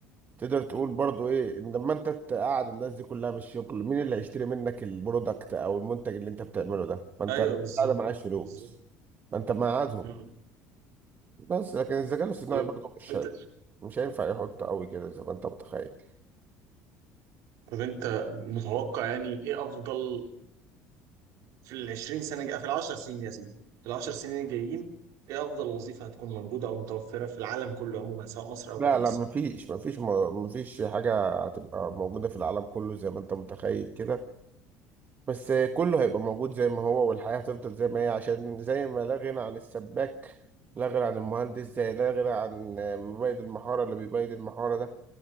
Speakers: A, on the right (about 30°); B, on the right (about 70°).
A: تقدر تقول برضو ايه إن لما انت تقعد الناس دي كلها من الشغل مين اللي هيشتري منك البرودكت او المنتج اللي انت بتعمله ده ما انت
B: ايوه بالظبط
A: قاعد معاش فلوس
B: بالظبط
A: ما انت مقعدهم
B: مم.
A: بس لكن الذكاء الاصطناعي
B: طب
A: برضو مش
B: انت
A: هي- مش هينفع يحط قوي كده زي ما انت متخيل
B: طب انت متوقع يعني ايه افضل في ال 20 سنه جاية في العشر سنين يا سيدي في العشر سنين الجايين ايه افضل وظيفه هتكون موجوده او متوفره في العالم كله عموما سواء مصر او
A: لا
B: غير مصر
A: لا مفيش مفيش مفيش حاجة هتبقى موجودة في العالم كله زي ما انت متخيل كده بس كله هيبقى موجود زي ما هو والحياة هتفضل زي ما هي عشان زي ما لا غنى عن السباك لا غنى عن المهندس زي لا غنى عن مبيد المحارة اللي بيبيد المحارة ده